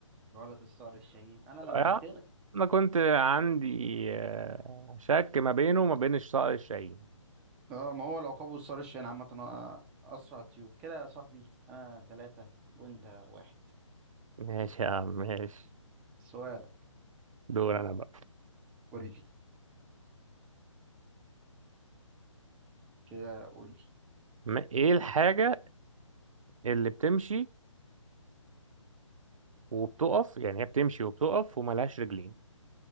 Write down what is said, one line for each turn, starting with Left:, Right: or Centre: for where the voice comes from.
Centre: غلط الصقر الشاهين انا لمحت
Right: آه،
Centre: لك
Right: انا كنت عندي آه، شك ما بينه وما بين الصقر الشاهين
Centre: اه ما هو العقاب والصقر الشاهين عامة أ- اسرع طيور كده يا صاحبي انا ثلاثة وانت واحد
Right: ماشي يا عم ماشي
Centre: سؤالك
Right: دور انا بقى
Centre: قول لي كده قول لي
Right: م- ايه الحاجة اللي بتمشي وبتقف يعني هي بتمشي وبتقف وملهاش رجلين